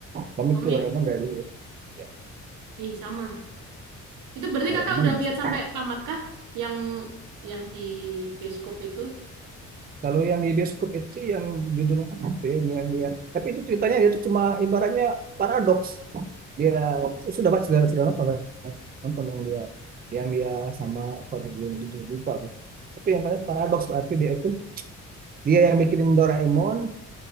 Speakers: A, on the right; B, on the right.
A: komik
B: komik.
A: tuh Doraemon dari dulu. Ya,
B: Ih, sama. Itu berarti
A: Doraemon
B: kakak udah ngeliat
A: masuk.
B: sampai tamat kah? Yang yang di bioskop itu?
A: Kalau yang di bioskop itu yang judulnya apa ya? Yang dia, tapi itu ceritanya itu cuma ibaratnya paradoks. Dia sudah baca sudah sudah nonton kan? Nonton yang dia yang dia sama apa judulnya judulnya lupa. Tapi yang paling paradoks berarti dia itu dia yang bikinin Doraemon,